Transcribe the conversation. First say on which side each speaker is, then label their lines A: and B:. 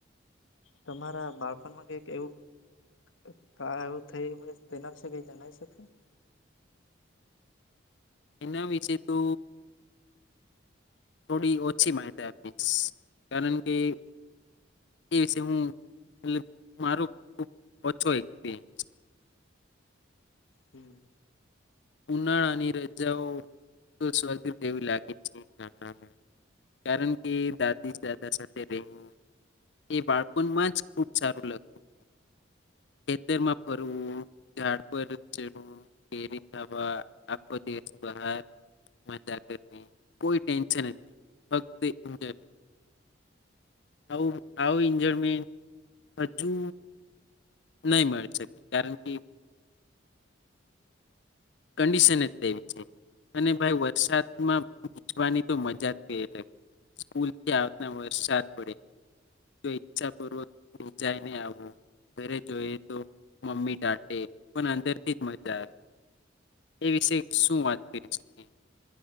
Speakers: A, on the left; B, on the left.
A: તમારા બાળપણમાં કઈક એવું <unintelligible> એવું થયું હોય તેના વિશે કઈ જણાવી શકશો?
B: એના વિશે તો થોડી ઓછી માહિતી આપીશ. કારણ કે, એ વિશે હું <unintelligible> મારો ખુબ ઓછો એક્સ્પિરિયન્સ છે.
A: હમ.
B: ઉનાળાની રજાઓ તો સ્વર્ગ જેવી લાગે છે. <unintelligible> માં કારણ કે દાદી-દાદા સાથે રહેવું. એ બાળપણમાં જ ખુબ સારું લાગતું ખેતરમાં ફરવું, ઝાડ પર ચડવું, કેરી ખાવા આખો દીવસ બહાર, મજા કરવી કોઈ ટેન્શન જ નહીં ફક્ત એન્જૉય. આવું આવું ઇન્જોય મે હજુ. નહી મળી શકે, કારણ કે. કંડિશન જ તેવી છે. અને ભાઈ વરસાદમાં <inaudible> વાની તો મજા જ કંઈ અલગ! સ્કૂલથી આવતા વરસાદ પડે. તો ઈચ્છા પૂર્વક ભીંજાયને આવવુ. ઘરે જઈએ તો મમ્મી ડાટે પણ અંદરથી જ મજા આવે.. એ વિશે શું વાત કરી શકીએ?